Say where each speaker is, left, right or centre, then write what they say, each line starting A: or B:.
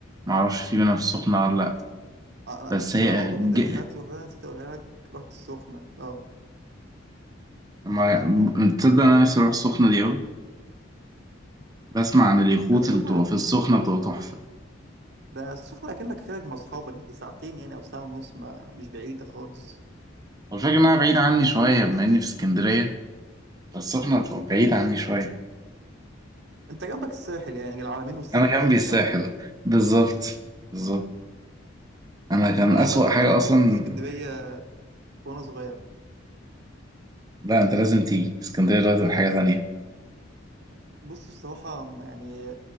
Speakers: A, on the right; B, on the right.
A: معرفش في منها في السخنة ولا لأ
B: آه أنا
A: بس هي
B: أنا برضه
A: ج...
B: من ضمن الحاجات اللي لوحدها نسيت أقولها لك رحت السخنة اه
A: ما... تصدق أنا نفسي أروح السخنة دي أوي بسمع عن اليخوت
B: ده السخنة
A: اللي بتبقى في السخنة بتبقى تحفة
B: ده السخنة أكنك خارج مع أصحابك دي ساعتين يعني أو ساعة ونص ما مش بعيدة خالص
A: والفكرة إنها بعيدة عني شوية بما إني في اسكندرية السخنة بعيد عني شوية
B: انت جنبك الساحل يعني العلمين والساحل
A: أنا
B: هم
A: جنبي
B: اللي
A: الساحل
B: جنبك
A: بالظبط بالظبط أنا كان
B: انا
A: أسوأ
B: عامه
A: حاجة
B: اخر
A: أصلا
B: مره جيت اسكندريه وانا صغير
A: لا أنت لازم تيجي اسكندرية دلوقتي بقت حاجة تانية
B: بص بصراحه م- يعني